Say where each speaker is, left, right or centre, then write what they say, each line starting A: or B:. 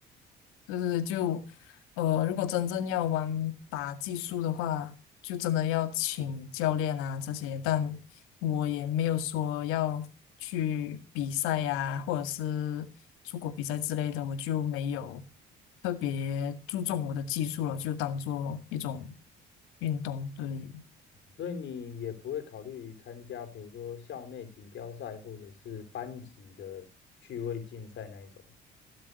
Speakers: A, on the left; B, on the left.
A: 就是就呃，如果真正要玩打技术的话，就真的要请教练啊这些。但我也没有说要去比赛呀、或者是出国比赛之类的，我就没有特别注重我的技术了，就当做一种运动，对。
B: 所以你也不会考虑参加，比如说校内锦标赛或者是班级的趣味竞赛那一种。